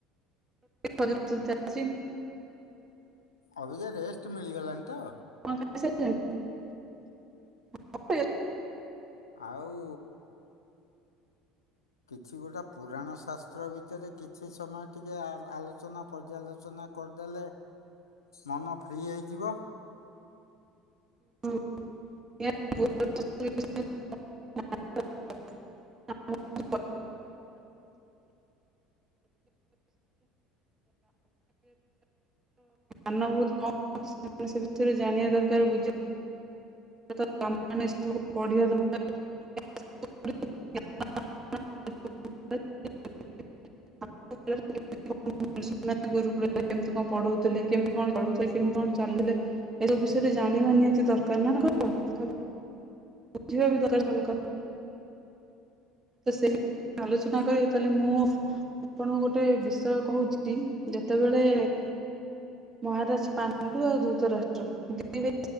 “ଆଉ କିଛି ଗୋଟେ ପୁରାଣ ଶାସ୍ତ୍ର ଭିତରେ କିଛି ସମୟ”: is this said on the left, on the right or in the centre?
Left